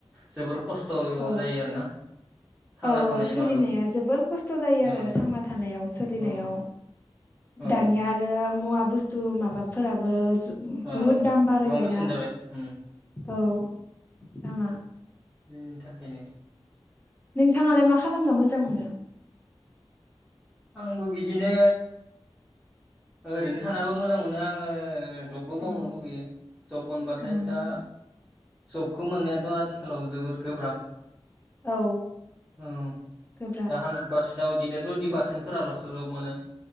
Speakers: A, in the centre; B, on the left.
A: जोबोर खस्थ जायो
B: औ
A: आरोना थांना
B: औ औ
A: थानाय
B: सोलिनाया
A: माबायाव
B: जोबोर खस्थ जायो आरो
A: औ
B: थांना थानायाव सोलिनायाव
A: औ औ
B: दानिया आरो मुवा बुस्थु माबाफोराबो
A: औ
B: बुहुद दाम बारायबायना
A: गोबां बेसेन जाबाय उम
B: औ दामा
A: बेनि थाखायनो
B: नोंथाङालाय मा खालामना मोजां मोनो
A: आंबो बिदिनो ओरैनो थानाबो मोजां मोनो आङोओ जबबो मावनो
B: अ
A: लुगैयो जब मोनबाथाय
B: उम
A: दा जबखौ मोननाया थ आथिखालाव जोबोर गोब्रा
B: औ
A: औ
B: गोब्राब
A: दा हानद्रेड पार्सेनाव इदिनो टुइनटि पारसेन्टफोरालसो जब मोनो